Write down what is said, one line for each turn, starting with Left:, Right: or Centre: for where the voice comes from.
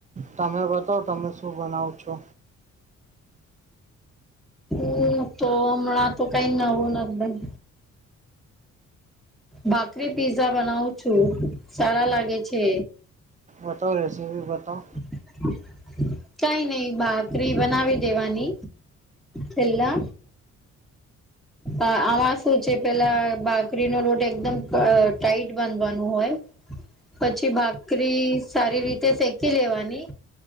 Right: તમે બતાવ તમે શું બનાવો છો.
Centre: હું તો હમણાં તો કઈ નવું નથી બનાવ્યું. ભાખરી પીઝા બનાવું છું સારા લાગે છે.
Right: બતાઓ રેસીપી બતાઓ.
Centre: <inaudible> કઈ નહીં ભાખરી બનાવી દેવાની. પેલા આમાં શું છે પેલા ભાખરીનો લોટ એકદમ ટાઈટ બાંધવાનું હોય. પછી ભાકરી સારી રીતે શેકી લેવાની.